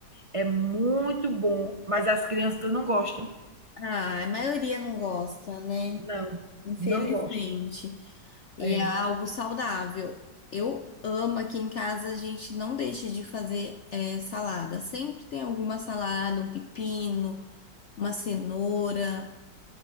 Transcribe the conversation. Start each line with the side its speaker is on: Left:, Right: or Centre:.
Right: É muito bom, mas as crianças não gostam.
Left: Ah, a maioria não gosta, né?
Right: Não,
Left: Infelizmente.
Right: não gostam.
Left: E
Right: É,
Left: é algo saudável. Eu amo aqui em casa, a gente não deixa de fazer eh, salada. Sempre tem alguma salada, um pepino, uma cenoura,